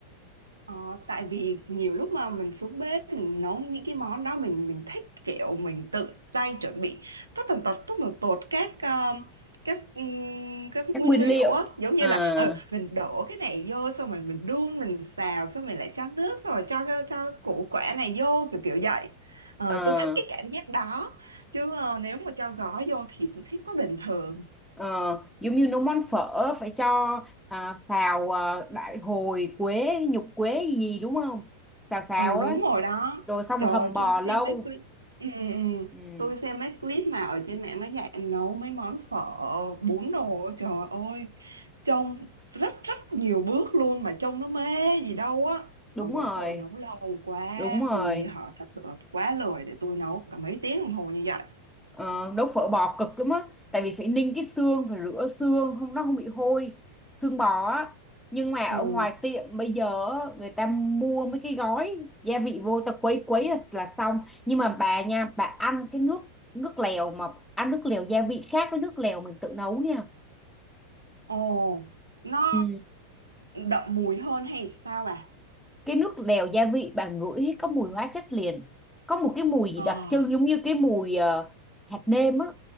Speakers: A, on the right (about 75°); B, in the centre.
A: Ờ, tại vì nhiều lúc mà mình xuống bếp mình nấu những cái món đó mình mình thích kiểu mình tự tay chuẩn bị tất tần tật tất tần tột các ờ, các ừm, các
B: Các
A: nguyên
B: nguyên
A: liệu
B: liệu.
A: á giống
B: Ờ.
A: như là ờ, mình đổ cái này vô xong rồi mình đun mình xào xong mình lại cho nước xong rồi cho cho củ quả này vô kiểu kiểu vậy Ờ,
B: Ờ.
A: tôi thích cái cảm giác đó chứ ờ, nếu mà cho gói vô thì tôi thích quá bình thường
B: Ờ, giống như nấu món phở phải cho à, xào à, đại hồi quế nhục quế gì gì đúng không xào xào
A: Ừ,
B: á
A: đúng rồi đó.
B: rồi xong
A: Trời
B: rồi hầm bò
A: tôi
B: lâu
A: xem mấy clip ừ, ừ. ừ.
B: ừ,
A: tôi xem mấy clip mà ở trên mạng nó dạy nấu mấy món phở bún đồ trời ơi trông rất rất nhiều bước luôn mà trông nó mê gì đâu á
B: đúng
A: mà mỗi
B: rồi
A: tội nấu lâu quá
B: đúng rồi
A: tôi họ thật sự là quá lười để tôi nấu cả mấy tiếng đồng hồ như vậy
B: Ờ, nấu phở bò cực lắm á tại vì phải ninh cái xương phải rửa xương không nó không bị hôi xương bò á nhưng mà ở
A: ồ
B: ngoài tiệm bây giờ á, người ta mua mấy cái gói gia vị vô ta quấy quấy là, là xong nhưng mà bà nha bà ăn cái nước nước lèo mà ăn nước lèo gia vị khác với nước lèo mình tự nấu nha
A: ồ nó
B: Ừ.
A: đậm mùi hơn hay sao bà
B: cái nước lèo gia vị bà ngửi có mùi hóa chất liền có một cái mùi gì
A: Ờ.
B: đặc trưng giống như cái mùi ờ, hạt nêm á